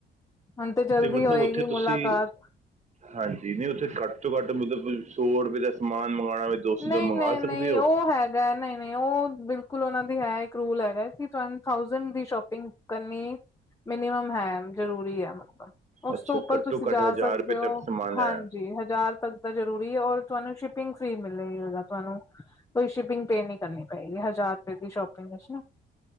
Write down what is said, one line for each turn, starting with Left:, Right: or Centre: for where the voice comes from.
Left: ਹੁਣ ਤੇ ਜਲਦੀ
Right: ਮਤਲਬ
Left: ਹੋਏਗੀ
Right: ਉੱਥੇ ਤੁਸੀਂ
Left: ਮੁਲਾਕਾਤ।
Right: ਹਾਂਜੀ ਨਹੀਂ ਉੱਥੇ ਘੱਟ ਤੋਂ ਘੱਟ ਮਤਲਬ ਸੌ ਰੁਪਏ ਦਾ ਸਮਾਨ, ਮੰਗਾਉਣਾ ਹੋਵੇ
Left: ਨਹੀਂ-ਨਹੀਂ-ਨਹੀਂ,
Right: ਦਾ ਮੰਗਾ ਸਕਦੇ ਹੋ
Left: ਉਹ ਹੈਗਾ ਨਹੀਂ-ਨਹੀਂ ਉਹ ਬਿਲਕੁਲ ਉਹਨਾਂ ਦੀ ਹੈ। ਰੂਲ ਹੈਗਾ ਕੀ ਤੁਹਾਨੁੰ ਥਾਓਜੈਟ ਦੀ ਸ਼ੋਪਿੰਗ ਕਰਨੀ ਮਿਨੀਮ ਹੈ ਜਰੂਰੀ ਹੈ ਮਤਲਬ, ਉਸ
Right: ਅੱਛਾ
Left: ਤੋਂ ਉਪਰ
Right: ਘੱਟੋ
Left: ਤੁਸੀਂ ਜਾ
Right: ਘੱਟ
Left: ਸਕਦੇ
Right: ਰੁਪਏ
Left: ਹੋ
Right: ਤੱਕ ਸਮਾਨ ਲੈਣਾ
Left: ਹਾਂਜੀ ਹਜ਼ਾਰ ਤੱਕ ਦਾ ਜਰੂਰੀ ਹੈ ਔਰ ਤੁਹਾਨੂੰ ਸ਼ਿਪਿੰਗ ਫ੍ਰੀ ਮਿਲ ਤੁਹਾਨੂੰ ਕੋਈ ਸ਼ਿਪਿੰਗ ਪੇ ਨੀ ਕਰਨੀ ਪਏਗੀ ਹਜ਼ਾਰ ਰੁਪਏ ਦੀ ਸ਼ੋਪਿੰਗ ਨਾ,